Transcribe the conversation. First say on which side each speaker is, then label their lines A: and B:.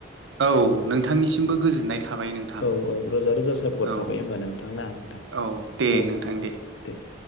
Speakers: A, on the right (about 75°); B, on the left (about 75°).
A: औ नोंथांनिसिमबो गोजोननाय थाबाय नोंथां
B: औ औ रोजा रोजा साबायखर
A: औ
B: थाबाय होमबा नोंथां ना नोंथां
A: औ दे
B: औ
A: नोंथां
B: औ दे <inaudible>